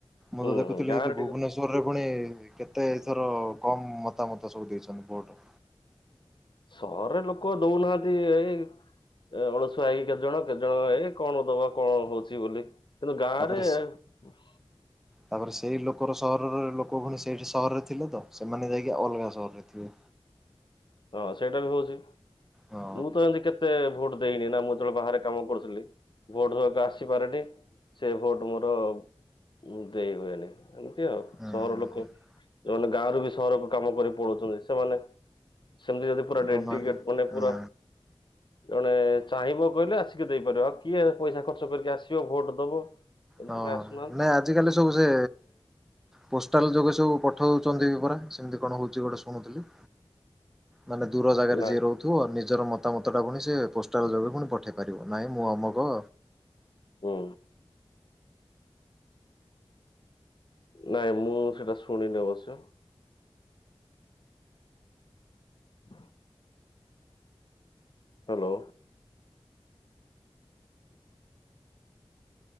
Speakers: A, in the centre; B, on the left (about 50°).
A: ମୁଁ
B: ହୁଁ
A: ତ ଦେଖୁଥିଲି
B: ହୁଁ ଗାଁରେ
A: ଏଠି
B: ଟିକେ
A: ଭୁବନେଶ୍ଵର <unintelligible> ରେ ପୁଣି କେତେଥର କମ ମତାମତ ସବୁ ଦେଇଛନ୍ତି ଭୋଟ।
B: ସହର ରେ ଲୋକ ଦଉ ନାହାନ୍ତି ଏଇ ଏ ଅଳସୁଆ ହେଇକି କେତେ ଜଣ କେତେ ଜଣ ଏଇ କଣ ଦବା କଣ ହଉଛି। ଥିବି ବୋଲି। କିନ୍ତୁ ଗାଁ
A: ତାପରେ
B: ରେ ହୁଁ
A: ତାପରେ ସେଇ ଲୋକର ସହରର ଲୋକ ଭୁଣି ସେଇଠି ସହର ରେ ଥିଲେ ତ ସେମାନେ ଯାଇକି ଅଲଗା ସହରରେ ଥିବେ।
B: ହଁ, ସେଇଟା ବି ହଉଛି।
A: ହଁ
B: ମୁଁ ତ ଏମିତି କେତେ ଭୋଟ ଦେଇନି ନା ମୁଁ ଯେତେ ବେଳେ ବାହାରେ କାମ କରୁଥିଲି ଭୋଟ ଦବାକୁ ଆସି ପାରେନି ସେ ଭୋଟ ମୋର ମୁଁ ଦେଇ ହଏ ନି। ଏମିତି ଆଉ
A: ହୁଁ
B: ସହର
A: ହୁଁ
B: ଲୋକ
A: ହୁଁ
B: ଯୋଉମାନେ ଗାଁରୁ ବି ସହରକୁ କାମ କରି ପଳଉଛନ୍ତି ସେମାନେ ସେମିତି ଯଦି ପୁରା ଡେଡିକେଟ
A: ଦଉନାହାନ୍ତି
B: ମାନେ
A: ହୁଁ
B: ପୁରା ଜଣେ ଚାହିଁବ କହିଲେ ଆସିକି ଦେଇପାରିବ ଆଉ କିଏ ପଇସା ଖର୍ଚ୍ଚ କରିକି ଆସିବ ଭୋଟ ଦବ। ଏମିତି
A: ହଁ,
B: ପାଇଁ ଆସୁନାହାନ୍ତି
A: ନାଇଁ ଆଜିକାଲି ସବୁ ସେ ପୋଷ୍ଟାଲ ଯୋଗେ ସବୁ ପଠଉଚନ୍ତି ପୁରା ସେମିତି କଣ ହଉଚି ଗୋଟେ ଶୁଣୁଥିଲି। ମାନେ ଦୂର ଜାଗାରେ
B: ନା
A: ଯିଏ ରହୁଥିବ ନିଜର ମତାମତ ଟା ପୁଣି ସେ ପୋଷ୍ଟଲ ଯୋଗ ପୁଣି ପଠେଇ ପାରିବ। ନାଇଁ ମୁଁ ଅମକ
B: ହୁଁ। ନାଇଁ ମୁଁ ସେଇଟା ଶୁଣିନି ଅବଶ୍ୟ <unintelligible> ହେଲୋ। <unintelligible>